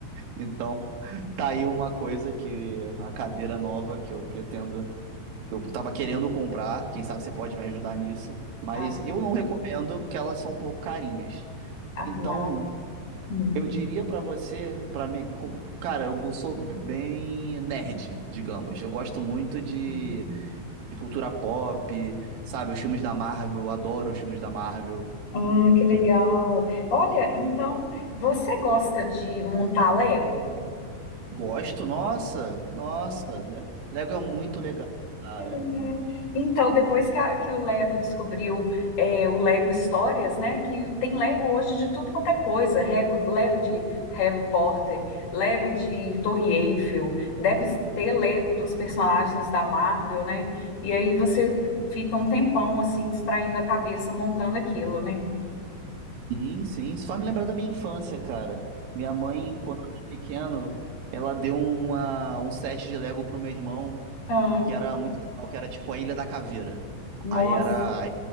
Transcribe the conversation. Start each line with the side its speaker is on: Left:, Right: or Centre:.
Right: Então, tá aí uma coisa que a cadeira nova que eu pretendo, que eu tava querendo comprar, quem sabe você pode me ajudar nisso, mas
Left: Ah,
Right: eu não recomendo porque elas são um pouco carinhas.
Left: ah,
Right: Então,
Left: na- hum,
Right: eu diria pra você, pra mim, co- cara, eu sou bem nerd, digamos. Eu gosto muito de
Left: hum.
Right: de cultura pop, sabe? Os filmes da Marvel, eu adoro os filmes da Marvel.
Left: Ah, que legal.
Right: Então,
Left: Olha, então você gosta de montar Lego?
Right: gosto, nossa, nossa. Le- Lego é muito legal, cara.
Left: É. Então, depois que, a- que o Lego descobriu é, o Lego Histórias, né? Que tem Lego hoje de tudo quanto é coisa. Lego Lego de Harry Potter, Lego de Torre Eiffel, deve ter Lego dos personagens da Marvel, né? E aí você fica um tempão assim, distraindo a cabeça, montando aquilo, né?
Right: Sim, sim. Isso faz me lembrar da minha infância, cara. Minha mãe, quando eu era pequeno, ela deu uma, um set de Lego pro meu irmão,
Left: Ah,
Right: que era muito legal, que era tipo a Ilha da Caveira.
Left: nossa,
Right: Aí era